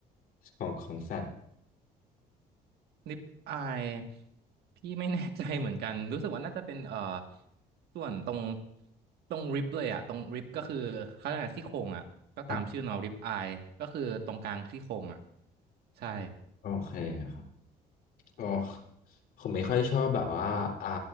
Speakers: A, on the left; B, on the right.
A: ของของสัตว์
B: นิปอายพี่ไม่แน่ใจเหมือนกันรู้สึกว่าน่าจะเป็นเอ่อส่วนตรงตรงริบเลยอะตรงริบก็คือเขาเรียกอะไรซี่โครงอะก็ตามชื่อเนาะริบอายก็คือตรงกลางซี่โครงอะ
A: อ่ะ
B: ใช่
A: โอเคครับโอ้ผมไม่ค่อยชอบแบบว่าอ่า